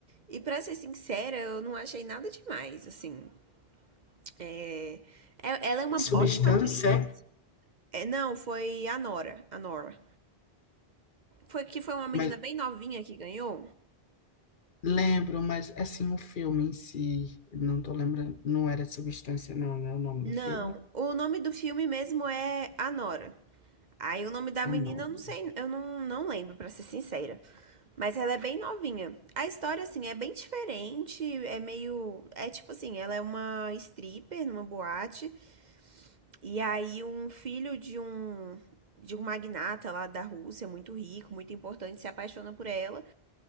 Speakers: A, on the right (about 50°); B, on the left (about 55°).
A: e pra ser sincera, eu não achei nada demais, assim. É, é- ela é uma
B: É substância,
A: ótima atriz. É, não, foi a Nora, a Nora. Foi que foi uma
B: mas
A: menina bem novinha que ganhou?
B: lembro, mas assim, o filme em si, não tô lembrando, não era substância, não, não é o nome
A: Não,
B: do filme?
A: o nome do filme mesmo é A Nora. Aí o nome da
B: Ah,
A: menina
B: não.
A: eu não sei, eu não, não lembro, pra ser sincera. Mas ela é bem novinha. A história, assim, é bem diferente, é meio. É tipo assim, ela é uma stripper numa boate. E aí um filho de um. De um magnata lá da Rússia, muito rico, muito importante, se apaixona por ela